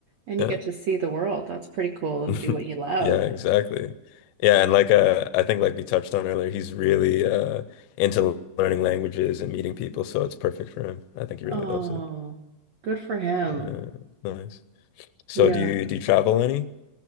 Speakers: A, on the right; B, on the left.
A: And you
B: Yeah.
A: get to see the world. That's pretty cool and
B: <laughs>
A: do what you love.
B: Yeah, exactly. Yeah, and like uh, I think like we touched on earlier, he's really uh into learning languages and meeting people, so it's perfect for him. I think he
A: Oh,
B: really loves it.
A: good for him.
B: Yeah, nice. So
A: Yeah,
B: do you do you travel any?